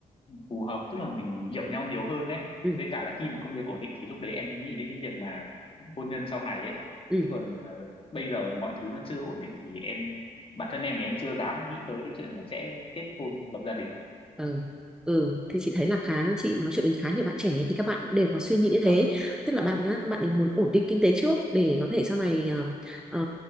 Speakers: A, on the left; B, in the centre.
A: phù hợp tức là mình hiểu nhau nhiều hơn đấy
B: ừ
A: với cả là khi mà công việc ổn định thì lúc đấy em mới nghĩ đến cái việc mà hôn nhân sau này ấy
B: ừ
A: chứ còn ờ, bây giờ mọi thứ nó chưa ổn định thì em bản thân em thì em chưa dám nghĩ tới cái chuyện là sẽ kết hôn lập gia đình
B: ừ. ừ thì chị thấy là khá chị nói chuyện với khá nhiều bạn trẻ thì các bạn cũng đều có suy nghĩ
A: dạ
B: như
A: vâng
B: thế tức là bạn nhá các bạn ấy muốn ổn định kinh tế trước để có thể sau này ờ, ờ,